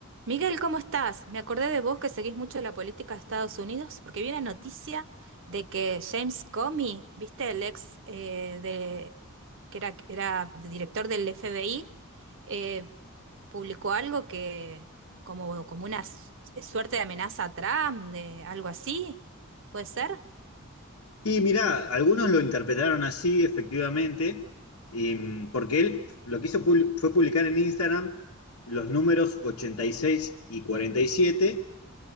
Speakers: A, on the right; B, on the left.
A: Miguel, ¿cómo estás? Me acordé de vos que seguís mucho la política de Estados Unidos porque vi la noticia de que James Comey, viste, el ex eh, de, que era, era director del FBI, eh, publicó algo que como, como una su- suerte de amenaza a Trump, de algo así, ¿puede ser?
B: Y mirá, algunos lo interpretaron así, efectivamente, y, mm, porque él lo que hizo pub- fue publicar en Instagram los números ochenta y seis y y cuarenta y siete.